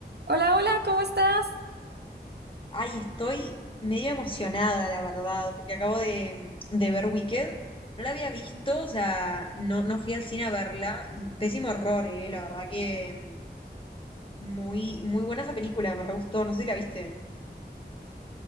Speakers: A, on the right; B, on the left.
A: Hola, hola, ¿cómo estás?
B: Ay, estoy medio emocionada, la verdad, porque acabo de, de ver Wicked. No la había visto, o sea, no, no fui al cine a verla. Y pésimo horror, eh, la verdad que mm, muy, muy buena esa película, me re gustó, no sé si la viste.